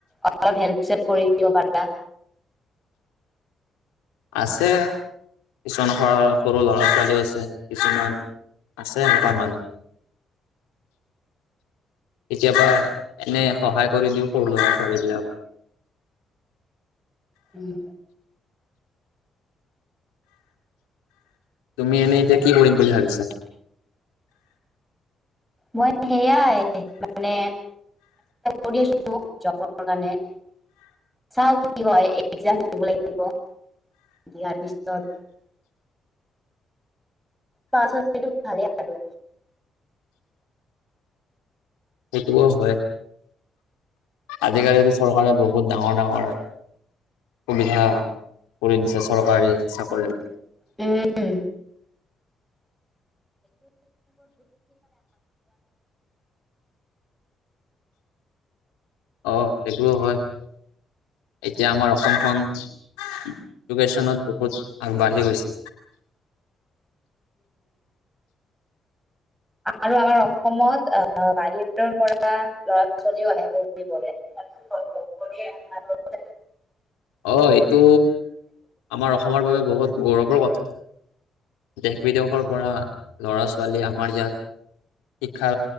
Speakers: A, in the centre; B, on the left.
A: অলপ হেল্প চেপ কৰি দিব পাৰা।
B: আছে, কিছুমান সৰু ল'ৰা-ছোৱালীও আছে, কিছুমান আছে এনেকুৱা মানুহ। কেতিয়াবা এনে সহায় কৰি দিওঁ সৰু ল'ৰা-ছোৱালী বিলাকক।
A: উম।
B: তুমি এনেই এতিয়া কি কৰিম বুলি ভাবিছা?
A: মই সেইয়াই, মানে কৰি আছো জপত। সেইকাৰণে চাও কি হয় এক্সাম দিব লাগিব, দিয়াৰ পিছত পাছ হ'লে টো ভালে আৰু।
B: সেইটোও হয়। আজিকালিতো চৰকাৰে বহুত ডাঙৰ-ডাঙৰ সুবিধা কৰি দিছে, চৰকাৰী চাকৰি
A: উম,
B: অ, সেইটোও হয়। এতিয়া আমাৰ অসমখন এডুকেশ্যনত বহুত আগবাঢ়ি গৈছে।
A: আৰু আমাৰ অসমত আহ বাহিৰৰ পৰা লৰা ছোৱালীও আহে পঢ় প
B: অ সেইটো আমাৰ অসমৰ বাবে। বহুত গৌৰৱৰ কথা দেশ বিদেশৰ পৰা ল'ৰা ছোৱালী আমাৰ ইয়াত শিক্ষা